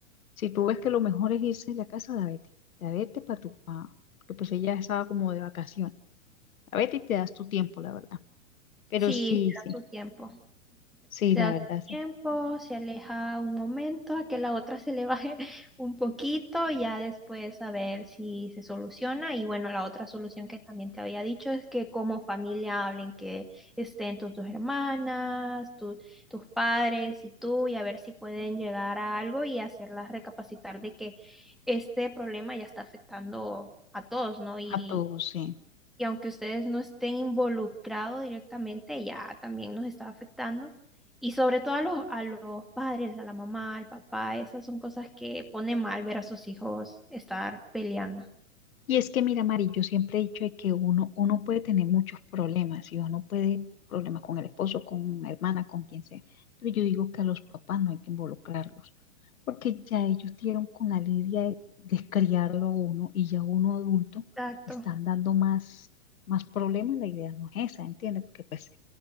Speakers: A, on the left; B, in the centre.
A: Si tú ves que lo mejor es irse de la casa de Betty, de Betty para tu pa, que pues ella estaba como de vacación. A Betty te das tu tiempo, la verdad. Pero
B: Sí,
A: sí,
B: será
A: sí,
B: su tiempo.
A: sí,
B: se
A: la
B: da
A: verdad,
B: su tiempo,
A: sí.
B: se aleja un momento, a que la otra se le baje <laughs> un poquito, y ya después a ver si se soluciona. Y bueno, la otra solución que también te había dicho es que como familia hablen que estén tus dos hermanas, tu- tus padres y tú, y a ver si pueden llegar a algo y hacerlas recapacitar de que este problema ya está afectando a todos, ¿no? y
A: A todos, sí.
B: y aunque ustedes no estén involucrados directamente, ya también nos está afectando. Y sobre todo a los, a los padres, a la mamá, al papá, esas son cosas que pone mal ver a sus hijos estar peleando.
A: Y es que, mira, Mari, yo siempre he dicho de que uno, uno puede tener muchos problemas y uno puede problemas con el esposo, con la hermana, con quien sea, pero yo digo que a los papás no hay que involucrarlos, porque ya ellos dieron con la lidia de, de criarlo a uno y ya uno adulto
B: Exacto,
A: están dando más, más problemas, la idea no es esa, ¿entiendes? Porque pues